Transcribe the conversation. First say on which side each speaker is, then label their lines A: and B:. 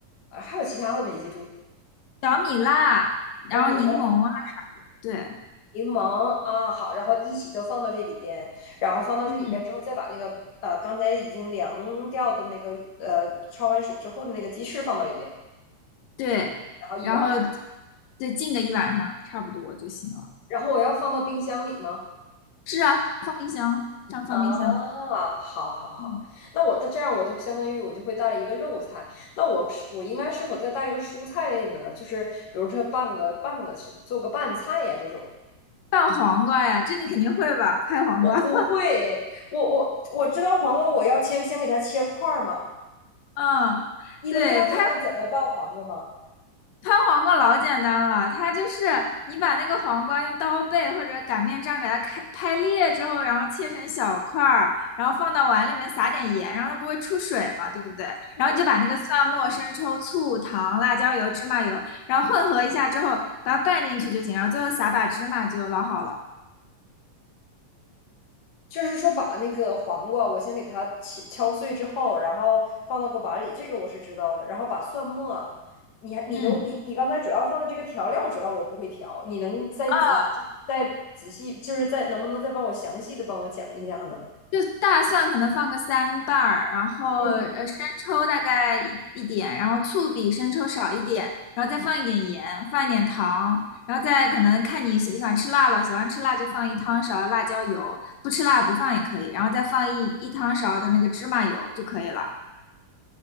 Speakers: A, on the left (about 50°); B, on the left (about 85°).
A: 啊还有其他的没记住，
B: 小米辣，然后柠檬啊，
A: 姜饼、辣、
B: 对，
A: 柠檬啊，好，然后一起都放到这里边，然后放到这里边之后，
B: 嗯
A: 再把那个呃刚才已经凉掉的那个呃焯完水之后的那个鸡翅放到里边，
B: 对，
A: 然后一晚上，
B: 然后对浸个一晚上差不多就行了。
A: 然后我要放到冰箱里吗？
B: 是啊，放冰箱，这样放冰箱。
A: 啊，好，好，好，
B: 嗯，
A: 那我的这样，我就相当于我就会带一个肉菜，那我是我应该是否再带一个蔬菜类呢？就是比如说拌个拌个是做个拌菜呀这种，
B: 拌黄瓜呀，这你肯定会吧？拍黄瓜，
A: 我不会，
B: <laughs>
A: 我我我知道黄瓜我要切，先给它切块儿嘛，
B: 嗯，
A: 你能给我讲讲怎么拌黄瓜吗？
B: 对，拍。拍黄瓜老简单了，它就是你把那个黄瓜用刀背或者擀面杖给它开拍裂之后，然后切成小块儿，然后放到碗里面撒点盐，然后它不会出水嘛，对不对？然后你就把那个蒜末、
A: 嗯
B: 生抽、醋、糖、辣椒油、芝麻油，然后混合一下之后，把它拌进去就行，然后最后撒把芝麻就老好了。
A: 就是说把那个黄瓜，我先给它敲敲碎之后，然后放到个碗里，这个我是知道的。然后把蒜末，你还你都你你刚才主要放的这个调料，
B: 嗯，
A: 主要我不会调，你能再仔
B: 啊，
A: 再仔细，就是再能不能再帮我详细的帮我讲一下呢？
B: 就大蒜可能放个三瓣儿，然后呃生抽大概一一点，
A: 嗯，
B: 然后醋比生抽少一点，然后再放一点盐，放一点糖，然后再可能看你喜不喜欢吃辣了，喜欢吃辣就放一汤勺辣椒油，不吃辣不放也可以，然后再放一一汤勺的那个芝麻油就可以了。